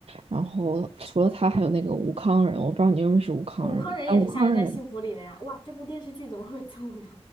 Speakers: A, on the right; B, on the left.
A: 然后除了他，还有那个吴康仁，我不知道你认不认识吴康仁。
B: 哦，吴康仁也是《下一站幸福》里的呀。
A: 啊，吴康仁，
B: 哇，这部电视剧怎么会有这么多